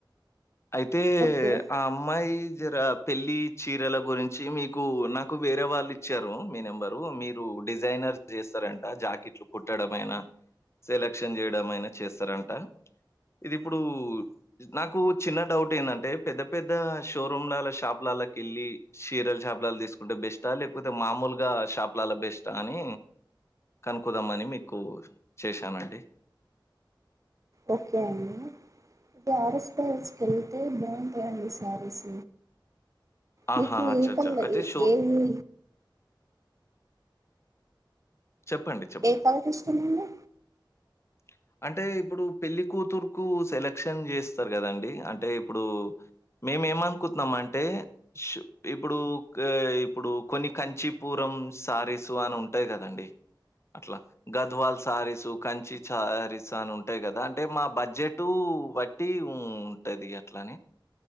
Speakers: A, on the left (about 35°); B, on the right (about 40°).
A: అయితే
B: ఓకే
A: ఆ అమ్మాయి జర పెళ్లి చీరల గురించి మీకు నాకు వేరే వాళ్ళు ఇచ్చారు మీ నెంబర్ మీరు డిజైనర్ చేస్తారంట జాకెట్లు కుట్టడంమయినా సెలక్షన్ చేయడం అయినా చేస్తారంట ఇది ఇప్పుడు నాకు చిన్న డౌట్ ఏంటంటే పెద్ద పెద్ద షోరూమ్ షాప్ లా కేల్లి తీసుకుంటే చీరల షాపులలో తీసుకుంటే బెస్టా లేకపోతే మామూలుగా షాపులలో బెస్ట్ అని కనుకుదామ అని మీకు చేశానండి
B: ఓకే అండి ఇది ఆర్ఎస్ బ్రదర్స్ కి వెళ్ళితే బాగుంటాయండి శారీస్
A: ఆహా!
B: మీకు
A: అచ్చచ్చ!
B: ఈ కంగలి
A: అయితే షో
B: ఏమి
A: చెప్పండి.
B: ఏ కలర్ ఇష్టం అండి
A: ఆ హా అంటే ఇప్పుడు పెళ్లి కూతురు కు సెలక్షన్ చేస్తారు కదండి అంటే ఇప్పుడు మ మేము ఏమనుకుటున్నాం అంటే ఇప్పుడు ఇప్పుడు కొన్ని కంచి పూరం సారీసు అని ఉంటాయి కదండి అట్లా గద్వాల్ సారీస్ కంచి సారీస్ అని ఉంటాయి కదా అంటే మా బడ్జెట్ బట్టి ఉంటది అట్లని